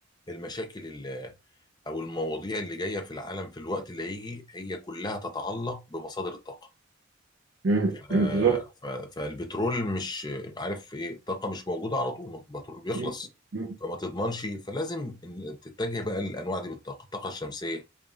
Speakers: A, on the left; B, on the right.
A: المشاكل او المواضيع اللي جايه في العالم في الوقت اللي هيجي هي كلها تتعلق بمصادر الطاقه
B: امم
A: آه،
B: أمم، بالظبط
A: ف- فالبترول مش عارف ايه الطاقه مش موجوده على طول البترول بيخلص
B: أمم، أمم.
A: فما تضمنش فلازم إن تتجه بقى للانواع دي بالطاقه الطاقه الشمسيه